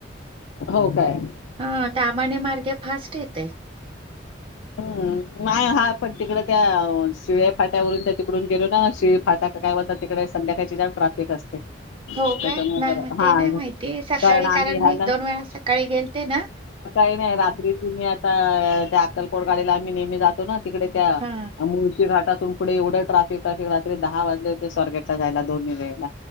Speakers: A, on the left (about 80°); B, on the right (about 25°).
A: हो काय
B: हा तामाने मार्गे फास्ट येतय.
A: हम्म नाही, हा पण तिकड त्या शिळे फाट्यावरून त्या तिकडून गेलो ना, शिये फाट्या काय बोलता? तिकडे संध्याकाळची जाम ट्राफिक असते.
B: <inaudible> हो
A: त्याच्यामुळे
B: काय? नाही
A: जरा
B: ते
A: हा
B: नाही माहिती सकाळी, कारण
A: आम्ही ह्याला
B: मी एक दोन वेळा सकाळी गेलते ना?
A: ते नाही रात्रीची मी आल त्या अक्कलकोट गाडीला आम्ही नेहमी जातो ना, तिकडे त्या
B: हा
A: मुळशी घाटात तीथून पुढे एवढं ट्राफिक हाय की, रात्री दहा वाजले होते स्वारगेटला जायला दोन्ही वेळेला